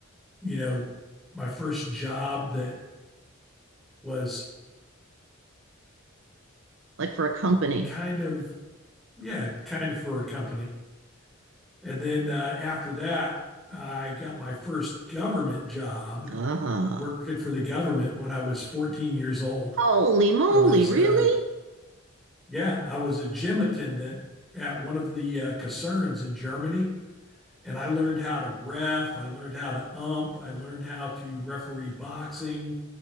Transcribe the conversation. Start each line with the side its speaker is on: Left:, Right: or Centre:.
Centre: you know, my first job that was
Right: like for a company.
Centre: kind of, yeah, kind of for a company. And then uh, after that, I got my first government job
Right: Uh-huh.
Centre: working for the government when I was 14 years old.
Right: Holy moly,
Centre: I was,
Right: really?
Centre: uh, yeah, I was a gym attendant at one of the uh, concerns in Germany. And I learned how to ref. I learned how to ump. I learned how to referee boxing.